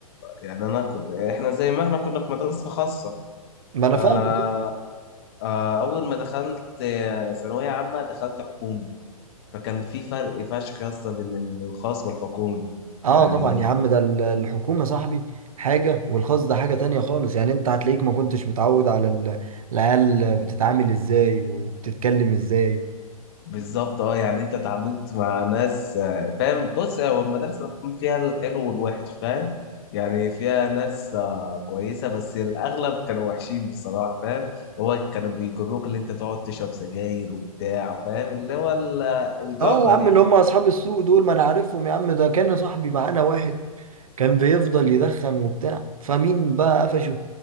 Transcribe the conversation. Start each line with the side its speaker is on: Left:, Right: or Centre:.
Left: يعني أنا كنت إحنا زي ما إحنا كنا في مدرسة خاصة
Right: ما انا
Left: آه
Right: فاهم
Left: آه أول ما دخلت آه، ثانوية عامة دخلت حكومي فكان في فرق فشخ يا اسطى بين الخاص والحكومي
Right: اه
Left: يعني
Right: طبعا يا عم ده ال- الحكومة صاحبي حاجة والخاص ده حاجة تانية خالص يعني انت هتلاقيك ما كنتش متعود على ال- العيال بتتعامل ازاي وبتتكلم ازاي
Left: بالظبط اه يعني انت اتعاملت مع ناس آه، فاهم بص هو المدارس الحكومية فيها الحلو والوحش فاهم يعني فيها ناس آه، كويسة بس الأغلب كانوا وحشين بصراحة فاهم هو كانوا بيجروك اللي انت تقعد تشرب سجاير وبتاع فاهم اللي هو ال- آه، الجرة
Right: اه يا عم
Left: دي
Right: اللي هم اصحاب السوق دول ما انا عارفهم يا عم ده كان يا صاحبي معانا واحد كان بيفضل يدخن وبتاع فمين بقى قفشه